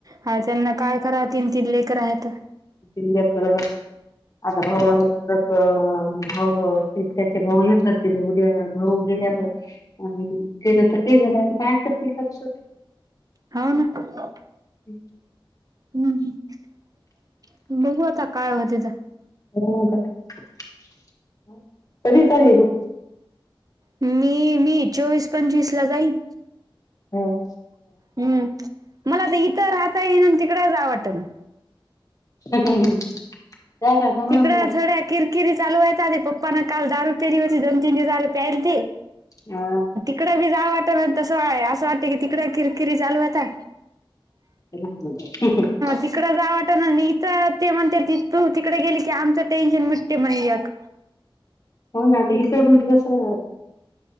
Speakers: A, on the right; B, on the left.
A: हा त्यांना काय करावती ती लेकर आहेत.
B: वि्य करण आता भाऊ आहे. अ भाऊ ते त्याचे भाऊ हे करतील उद्या भाऊ गेल्यावर अ ते तर काय लक्ष
A: हाव ना.
B: <unintelligible>
A: हम् बघू आता काय होतेत?
B: येणार का कधी चलली तू?
A: मी मी चोवीस, पंचवीस ला जाईन.
B: हम्म.
A: हम् मला तर इथं राहता येईना आण तिकडं जावं वाटना.
B: <unintelligible> मम्मी
A: तिकडं थोड्या किरकिरी चालू आहेत आधी पप्पाना काल दारू पेली होती दोन, तीन दिवस झाल प्यालती
B: हा.
A: तिकड बी जा वाटना तसं व्हायल आसं वाटतं की तिकड किरकिरी चालू आता
B: हम्म <unintelligible>
A: तिकड जा वाटना आणि इथं ते म्हणते ति तू तिकड गेली की आमचं टेन्शन मिटते म्हणे एक.
B: हो ना आता इथे म्हणजे कसं